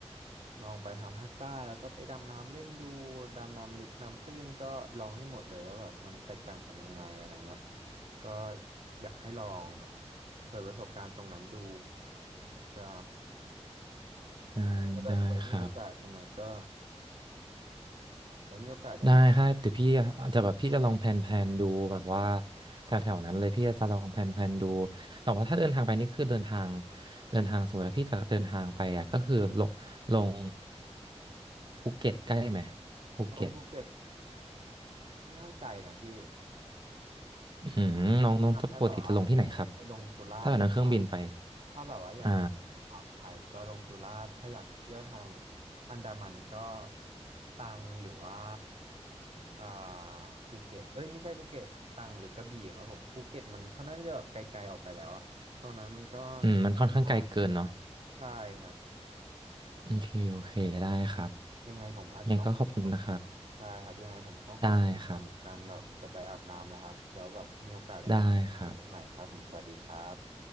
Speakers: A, on the right; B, on the right.
A: ลองไปทางภาคใต้แล้วก็ไปดำน้ำเล่นดูดำน้ำลึกน้ำตื้นก็ลองให้หมดเลยว่าแบบมันแตกต่างกันยังไงอะไรเงี้ยก็อยากให้ลองแบบเปิดประสบการณ์ตรงนั้นดูใช่
B: ได้ได้ครับ
A: ก็แบบไว้มีโอกาสยังไงก็ไว้มีโอกาสยังไงก็
B: ได้ครับเดี๋ยวพี่อาจจะแบบพี่จะลองแพลนแพลนดูแบบว่าแถวๆนั้นเลยพี่จะลองแพลนแพลนดูแต่ว่าถ้าเดินทางไปนี่คือเดินทางเดินทางสมมติว่าพี่จะเดินทางไปอ่ะก็คือลงลงภูเก็ตใกล้ไหมภูเก็ต
A: เพราะว่าภูเก็ตค่อนข้างไกลนะพี่
B: อืมน้องน้องจะปกติจะลงที่ไหนครับ
A: ทำให้แบบว่าไปลงสุราษฎร์ดีกว่า
B: ถ้าแบบนั่งเครื่องบินไป
A: ถ้าแบบว่าอยากเที่ยวทางอ่าวไทยก็ลงสุราษฎร์ถ้าอยากเที่ยวทาง
B: อ่า
A: อันดามันก็ตรังหรือว่าอ่าภูเก็ตเอ้ยไม่ใช่ภูเก็ตตรังหรือกระบี่ครับผมภูเก็ตมันค่อนข้างที่จะแบบไกลๆออกไปแล้วอะตอนนั้นมันก็
B: อืมมันค่อนข้างไกลเกินเนาะ
A: อ่าใช่ครับ
B: โอเคโอเคได้ครับ
A: ยังไงผมอาจจะต้องขอตัวไป
B: ยังไงก็ขอบคุณนะครับ
A: ใช่ครับยังไงผมต้องขอตัวก่อนเหมือนกันแบบจะไปอาบน้ำแล้วครับแล้วแบบมีโอกาสยังไงเราก็คุยกันใหม่ครับผมสวัสดีครับ
B: ได้ครับได้ครับ